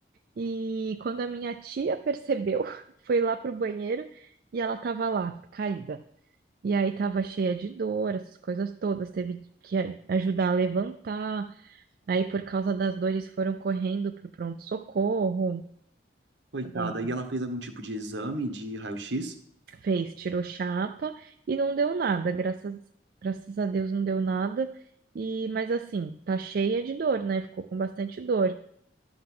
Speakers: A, on the right (about 55°); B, on the right (about 70°).
A: e quando a minha tia percebeu, <laughs> foi lá pro banheiro e ela estava lá, caída. E aí tava cheia de dor, essas coisas todas, teve que a- ajudar a levantar. Aí por causa das dores foram correndo pro pronto-socorro,
B: Coitada.
A: é,
B: E ela fez algum tipo de exame de raio-x?
A: fez, tirou chapa e não deu nada, graças, graças a Deus não deu nada. E mas assim, tá cheia de dor, né? Ficou com bastante dor.